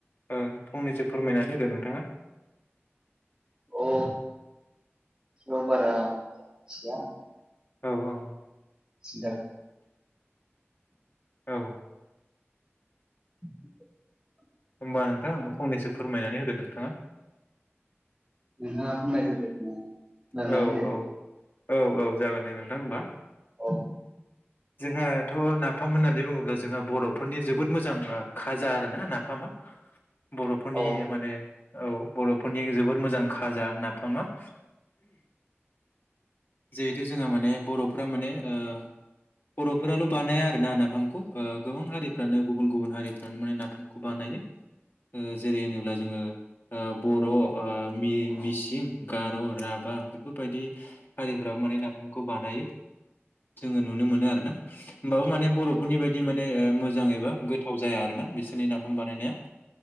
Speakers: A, on the left; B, on the right.
A: ओ फंनैसो फोरमायनानै होदो नोंथाङा।
B: औ नों बारा मिथिया
A: औ औ
B: <unintelligible>
A: औ
B: <inaudible>
A: होमबा नोंथां आ फंनैसो फोरमायनानै होदो नोंथाङा
B: नोंथाङा फोरमायग्रोदो <unintelligible> खोनादोंना
A: औ
B: खोनायाखै
A: औ औ औ जागोन दे नोंथां होमबा
B: औ
A: जोंहाथ' नाफाम होननानै बुङोब्ला जोंहा बर'फोरनि जोबोद ओ मोजां खाजा आरो ना नाफामा बर'फोरनि
B: औ
A: माने औ बर'फोरनि जोबोर मोजां खाजा नाफामा जिहेथु जोंहा माने बर'फ्रा माने ओ बर'फोराल' बानाया आरोना नाफामखौ ओ गोबां हारिफ्रानो गुबुन गुबुन हारिफ्रानो माने नाफामखौ बानायो। ओ जेरै होनोब्ला जोङो आ बर' आ मिर-मिसिं गार' राभा बेफोरबायदि हारिफोराबो माने नाफामखौ बानायो जोङो नुनो मोन नो आरोना होनबाबो बर'फोरनि बादि माने मोजां एबा गोथाव जाया आरोना बिसोरनि नाफाम बानायनाया